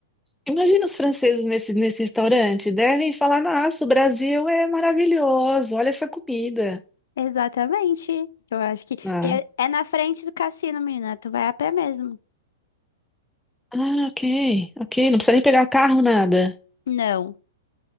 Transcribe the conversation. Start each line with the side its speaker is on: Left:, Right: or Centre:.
Centre: Imagina os franceses nesse, nesse restaurante. Devem falar, nossa, o Brasil é maravilhoso, olha essa comida.
Left: Exatamente. Eu acho que.
Centre: Ah,
Left: E é, é na frente do cassino, menina. Tu vai a pé mesmo.
Centre: ah, ok, ok, não precisa nem pegar carro, nada.
Left: Não.